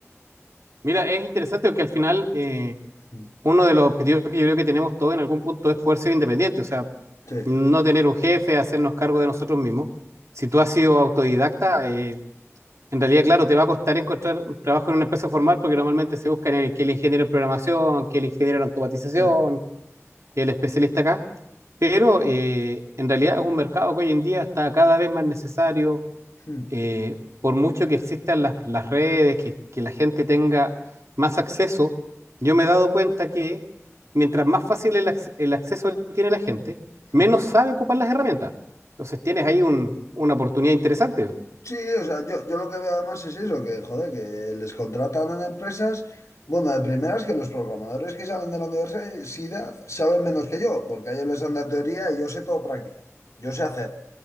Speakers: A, on the right; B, on the left.
A: Mira, es interesante porque al final eh,
B: Mm.
A: uno de los objetivos que yo creo que tenemos todos en algún punto es poder ser independientes, o sea,
B: Sí,
A: no tener un jefe, hacernos cargo de nosotros mismos. Si tú has sido autodidacta, eh, En realidad, claro, te va a costar encontrar trabajo en una empresa formal porque normalmente se buscan el, que el ingeniero en programación, que el ingeniero en automatización,
B: sí.
A: que el especialista acá. Pero eh, en realidad es un mercado que hoy en día está cada vez más necesario.
B: Mm,
A: eh, por mucho que existan las, las redes, que, que la gente tenga más acceso, yo me he dado cuenta que mientras más fácil el, acce- el acceso tiene la gente, menos
B: mm.
A: sabe ocupar las herramientas. Entonces tienes ahí un- una oportunidad interesante.
B: Sí, o sea, yo, yo lo que veo además es eso, que joder, que les contratan en empresas. Bueno, de primeras que los programadores que saben de la universidad saben menos que yo, porque a ellos les dan la teoría y yo sé todo práctica. Yo sé hacer.